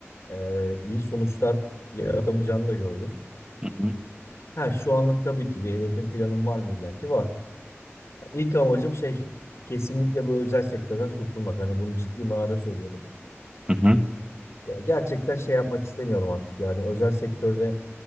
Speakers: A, on the left; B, on the right.
A: e, iyi sonuçlar yaratamayacağını da gördüm.
B: Hı hı.
A: Ha şu anlık tabii ki bir hedefim planım var mı illa ki var. Ha, İlk amacım şey kesinlikle bu özel sektörden kurtulmak. Hani bunu ciddi manada söylüyorum.
B: hı hı.
A: Ya gerçekten şey yapmak istemiyorum artık yani özel sektörde